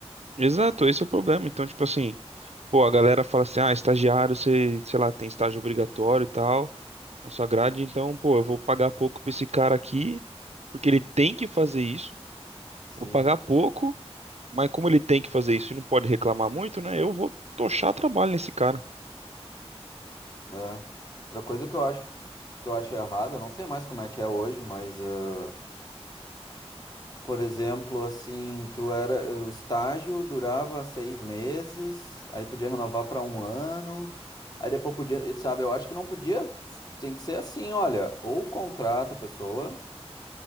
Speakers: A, on the right (about 80°); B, on the left (about 40°).
A: Exato, esse é o problema. Então, tipo assim, pô, a galera fala assim, ah, estagiário, você, sei lá, tem estágio obrigatório e tal, na sua grade, então, pô, eu vou pagar pouco pra esse cara aqui, porque ele tem que fazer isso.
B: Sim,
A: Vou pagar pouco, mas como ele tem que fazer isso e não pode reclamar muito, né? Eu vou tochar trabalho nesse cara.
B: é. Outra coisa que eu acho que eu acho errado, eu não sei mais como é que é hoje, mas ah, por exemplo, assim, tu era o estágio durava seis meses, aí podia renovar para um ano. Aí depois podia, sabe, eu acho que não podia, tem que ser assim, olha, ou contrata a pessoa